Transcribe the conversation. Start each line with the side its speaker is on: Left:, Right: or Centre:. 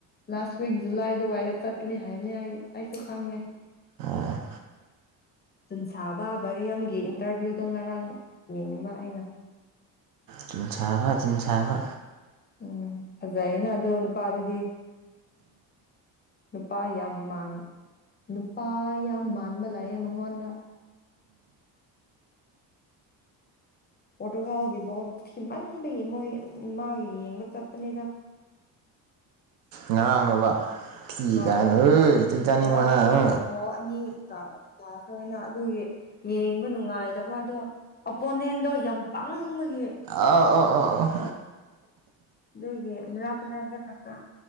Left: ꯂꯥꯁ ꯋꯤꯛ ꯖꯨꯂꯥꯏ ꯑꯗꯨꯋꯥꯏꯗ ꯆꯠꯀꯅꯤ ꯍꯥꯏꯕꯅꯦ ꯑꯩ ꯑꯩꯁꯨ ꯈꯪꯉꯦ
Right: ꯑꯣ
Left: ꯆꯤꯟꯁꯥꯕ ꯕꯔꯤꯌꯝꯒꯤ ꯏꯟꯇꯔꯚꯤꯌꯨꯗꯣ ꯉꯔꯥꯡ ꯌꯦꯡꯕ ꯑꯩꯅ
Right: ꯆꯤꯟꯁꯥꯕ ꯆꯤꯟꯁꯥꯕ
Left: ꯎꯝ ꯐꯖꯩ ꯌ‌ꯦꯅꯥ ꯑꯗꯣ ꯅꯨꯄꯥꯗꯨꯗꯤ ꯅꯨꯄꯥ ꯌꯥꯝ ꯃꯥꯟ ꯅꯨꯄꯥ ꯌꯥꯝ ꯃꯥꯟꯕ ꯂꯩꯌ‌ꯦ ꯃꯉꯣꯟꯗꯥ ꯄꯔ‌ꯣꯇꯨꯒꯜꯒꯤ ꯕꯣꯠ ꯊꯤꯃꯟꯕꯒꯤ ꯃꯣꯏ ꯃꯥꯒꯤ ꯌꯦꯡꯕ ꯆꯠꯄꯅꯤꯗꯥ
Right: ꯉꯔꯥꯡꯅ‌ꯣꯕ ꯊꯤ
Left: ꯍꯣꯏ
Right: ꯀꯥꯏꯅ ꯍ‌ꯣꯏ ꯆꯩ ꯆꯥꯅꯤꯡꯕ
Left: ꯉꯔꯥꯡꯗꯣ
Right: ꯅꯪ ꯍꯥ
Left: ꯒꯣꯜ ꯑꯅꯤ ꯀꯥ ꯀꯥꯈ꯭ꯔꯦꯅ ꯑꯗꯨꯒꯤ ꯌꯦꯡꯕ ꯅꯨꯡꯉꯥꯏꯗꯕ ꯑꯗꯣ ꯑꯣꯄꯣꯅꯦꯟꯗꯣ ꯌꯥꯝ ꯄꯪꯕꯒꯤ
Right: ꯑꯥ ꯑ‌ꯣ ꯑ‌ꯣ ꯑ‌ꯣ
Left: ꯑꯗꯨꯒꯤ ꯃꯔꯥꯛ ꯃꯔꯥꯛ ꯇ ꯈꯛꯇ